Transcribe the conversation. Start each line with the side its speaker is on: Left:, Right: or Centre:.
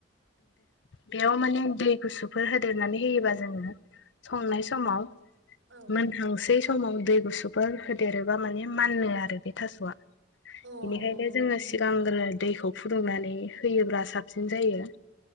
Left: बेयाव माने दै गुसुफोर होदेरनानै होयोबा जोङो संनाय समाव
Right: औ
Left: मोन हांसेै समाव दै गुसु फोर होदेरोबा माने मानो आरो बे थास'आ
Right: अ उम
Left: बेनिखायनो जोङो सिगांग्रो दैखौ फुदुंनानै होयोब्ला साबसिन जायो।